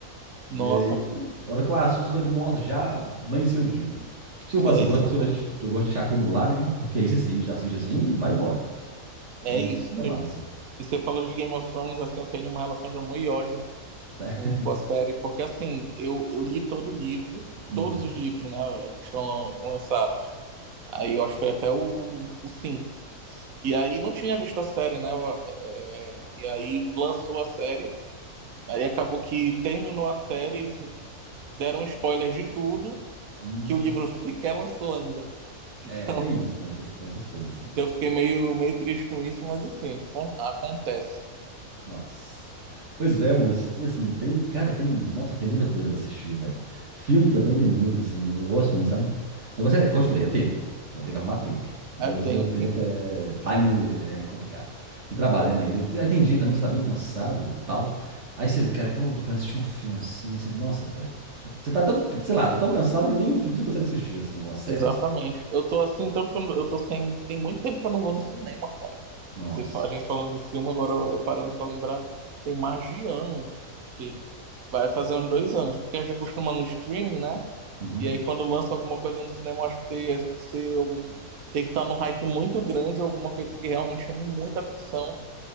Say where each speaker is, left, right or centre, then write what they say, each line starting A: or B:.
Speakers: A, on the right; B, on the right.
A: Nossa,
B: E aí, a hora que eu assusto, eu falei, nossa, já amanheceu o dia. Por isso que eu falo
A: é
B: assim, eu
A: isso
B: gosto, eu
A: mesmo.
B: deixo- eu gosto de deixar acumular, né? Porque aí você assiste, assiste assim e vai embora.
A: É
B: E
A: isso mesmo.
B: é massa.
A: E você falou de Game of Thrones, assim, eu tenho uma relação de amor e ódio
B: Certo?
A: com, com a série, porque assim, eu, eu li todo o livro,
B: Hum,
A: todos os livros, né, que estão lançados. Aí eu acho
B: sim,
A: que foi até o, o 5. E aí não tinha visto a série, né? eu, é, é, e aí lançou a série. Aí acabou
B: pode escolher.
A: que terminou a série, deram spoilers de tudo,
B: Hum,
A: que o livro sequer lançou ainda. Então,
B: é, tem isso, né? Tem, tem essas coisas
A: <laughs>
B: assim.
A: eu fiquei meio, meio triste com isso, mas enfim, con- acontece.
B: Nossa. Pois é, moço. tem, Assim, tem, cara, tem, nossa, tem muita coisa pra assistir, velho. Filme também tem muito, assim. Eu gosto muito, sabe? O negócio é, igual eu te falei, é tempo. Eu tenho que arrumar tempo. Meu,
A: É tempo.
B: meu tempo é, time é complicado. E trabalhando ainda. E te- Aí tem dia também que você tá bem cansado e tal. Aí você quer, pô, tô querendo assistir um filme assim. Aí você, nossa, velho. Você tá tão, sei lá, tá tão cansado que nem um filme você consegue assistir, assim, uma série,
A: Exatamente.
B: assim.
A: Eu tô assim, tanto que eu não- eu tô sem. Tem muito tempo que eu não vou no cinema, cara.
B: Nossa.
A: Você, fa- a gente falando de filme, agora eu eu parando pra lembrar, tem mais de ano, que vai fazer uns dois anos, porque a gente acostuma no streaming, né?
B: Uhum.
A: E aí quando lança alguma coisa no cinema, eu acho que tem é, que ser algum. Tem que estar num hype muito grande, alguma coisa que realmente chame muita atenção